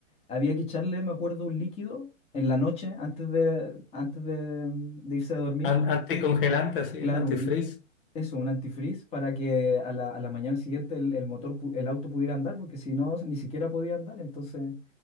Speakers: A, on the left (about 15°); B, on the left (about 40°).
A: había que echarle, me acuerdo, un líquido en la noche antes de, antes de, de irse a dormir
B: An- anticongelante, sí,
A: Claro,
B: es antifreeze.
A: un líquido, eso, un antifreeze para que a la, a la mañana siguiente el, el motor, pu- el auto pudiera andar, porque si no, ni siquiera podía andar. Entonces,